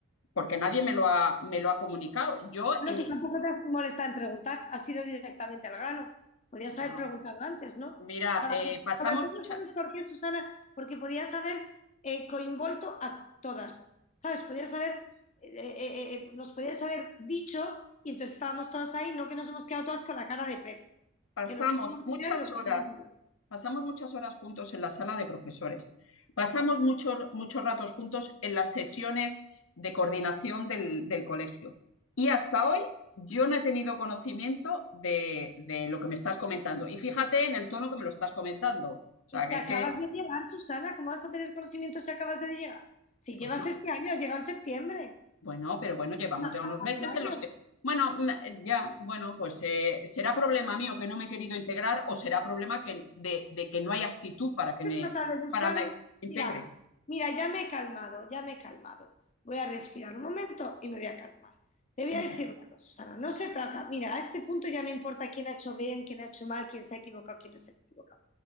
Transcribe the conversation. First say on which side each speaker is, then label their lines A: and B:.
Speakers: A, on the left; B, on the left.
A: porque nadie me lo ha, me lo ha comunicado. Yo,
B: Bueno,
A: eh,
B: tú tampoco te has molestado en preguntar, has ido directamente al grano. Podías
A: no,
B: haber preguntado antes, ¿no?
A: mira,
B: Para-
A: eh, pasamos
B: sobre todo,
A: muchas...
B: ¿sabes por qué, Susana? Porque podías haber eh, coinvolto a todas, ¿sabes? Podías haber, eh, eh, eh, eh, eh, nos podías haber dicho y entonces estábamos todas ahí, no que nos hemos quedado todas con la cara de pez,
A: pasamos
B: que no teníamos
A: muchas
B: ni idea de lo que
A: horas,
B: estábamos hablando.
A: pasamos muchas horas juntos en la sala de profesores, pasamos muchos muchos ratos juntos en las sesiones de coordinación del, del colegio. Y hasta hoy yo no he tenido conocimiento de, de, lo que me estás comentando. Y fíjate en el tono que me lo estás comentando. O sea,
B: Porque
A: que
B: acabas
A: es que,
B: de llegar, Susana, ¿cómo vas a tener conocimiento si acabas de llegar? Si
A: pues
B: llevas
A: no,
B: este año, has llegado en septiembre,
A: Bueno, pero bueno, llevamos
B: a
A: ya unos
B: a-
A: meses
B: a mayo.
A: en los que, bueno, mm, ya, bueno, pues eh, será problema mío que no me he querido integrar o será problema que, de, de que no hay actitud para que
B: Se
A: me,
B: trata de buscar
A: para me
B: un...
A: integre.
B: Mira, mira, ya me he calmado, ya me he calmado. Voy a respirar un momento y me voy a calmar. Te voy
A: Ujú.
B: a decir una cosa, Susana, no se trata, mira, a este punto ya no importa quién ha hecho bien, quién ha hecho mal, quién se ha equivocado, quién no se ha equivocado.